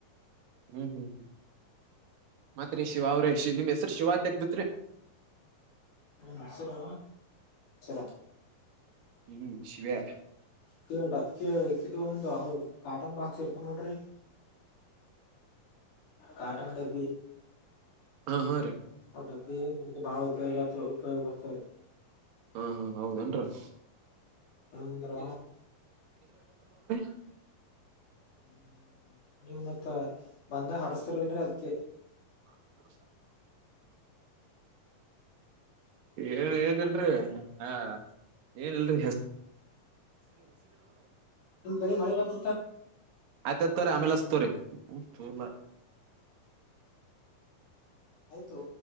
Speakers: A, on the right; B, on the left.
A: ಹ್ಮ್ ಹ್ಮ್ ಹ್ಮ್ ಮತ್ರಿ ಶಿವ ಅವ್ರ ನಿಮ್ ಹೆಸರು ಶಿವ ತಗದತ್ರಿ. <inaudible>
B: ನನ್ ಹೆಸರು <unintelligible>
A: ಹ್ಮ್ ಶಿವ್ಯಾ
B: ಕೆಟ ಕು ಒಂತ ಕಾ ಕಾಟನ್ ಬಾಕ್ಸ್ ಇರ್ತ ನೋಡ್ರಿ ಕಾಟನ್ ಡಬ್ಬಿ‌.
A: ಹಾ ಹಾ ರೀ.
B: ಡಬ್ಬಿ ಬಹಳ ಉಪಯ ಉಪಯೋಗ ಬರ್ತಾರೆ ರೀ.
A: ಹಾ ಹಾ ಹೌದೇನ್ರಿ
B: ಅಂದ್ರ.
A: ಹ <inaudible>
B: ಹ್ಮ ನೀವ್ ಮತ್ತ ಬಂದಾಗ ಹಡಸ್ತಿರಲ್ರಿ ಅದ್ಕ.
A: ಹ ಏನ್ ಏನ ಇಲ್ರಿ ಹಾ ಏನ ಇಲ್ರಿ ಹೆಸ
B: ಇ ಕಡೆ ಮಾಡಳಿ ಬತ
A: ಆಯ್ತ ತೋರ ಆಮೇಲೆತುರಿ ತಲ.
B: ಆಯ್ತು.